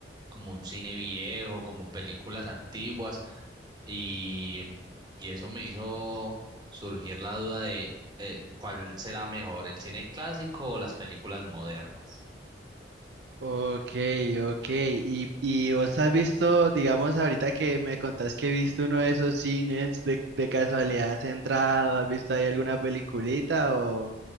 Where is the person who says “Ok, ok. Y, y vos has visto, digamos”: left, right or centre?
Right